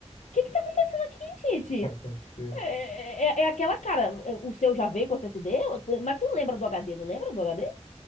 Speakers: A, on the left; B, on the left.
A: que que tá acontecendo aqui, gente?
B: Tá, com certeza.
A: É, é, é aquela cara, o seu já veio com SSD? Ou tu- Mas tu lembra do HD, não lembra do HD?